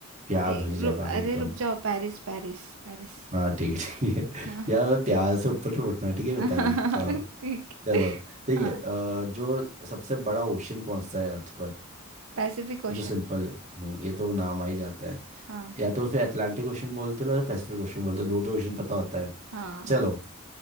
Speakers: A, on the right; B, on the right.
A: प्यार
B: ए,
A: भरी जगह
B: रु,
A: है
B: अरे
A: एकदम
B: रुक जाओ Paris Paris पेरिस
A: हाँ ठीक है ठीक है
B: हाँ
A: <laughs> यार
B: हाँ,
A: प्यार से ऊपर तो उठना ठीक है
B: <laughs>
A: मिताली हाँ
B: ठीक
A: चलो
B: है।
A: ठीक
B: हाँ
A: है अ, जो सबसे बड़ा ओशन कौन सा है अर्थ पर
B: Pacific
A: ये
B: ocean
A: तो सिंपल है हम्म, ये तो नाम आ ही जाता है
B: हाँ
A: या तो उसे अटलांटिक ओशन बोलते हो या पैसिफिक ओशन बोलते हो दो तो ओशन पता होता है
B: हाँ
A: चलो